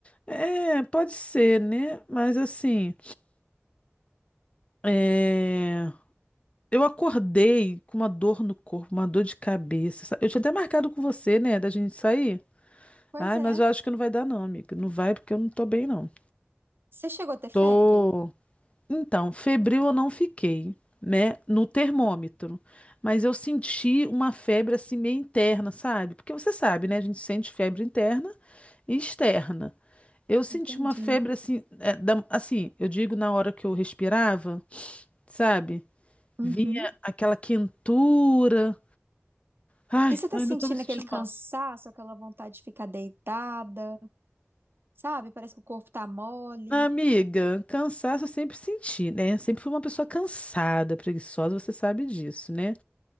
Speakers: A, on the left; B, on the right.
A: É, pode ser, né? Mas assim, é, eu acordei com uma dor no corpo, uma dor de cabeça. sa- Eu tinha até marcado com você, né, da gente sair.
B: Pois
A: Ai,
B: é.
A: mas eu acho que não vai dar, não, amiga. Não vai porque eu não tô bem, não.
B: Você chegou a ter febre?
A: Tô. Então, febril eu não fiquei, né, no termômetro. Mas eu senti uma febre assim meio interna, sabe? Porque você sabe, né? A gente sente febre interna e externa. Eu senti
B: Entendi.
A: uma febre assim, é, da- assim, eu digo na hora que eu respirava, sabe?
B: Uhum.
A: Vinha aquela quentura. Ai,
B: E você tá
A: ainda
B: sentindo
A: tô me sentindo
B: aquele cansaço,
A: mal.
B: aquela vontade de ficar deitada? Sabe? Parece que o corpo tá mole.
A: Amiga, cansaço eu sempre senti, né? Sempre fui uma pessoa cansada, preguiçosa, você sabe disso, né?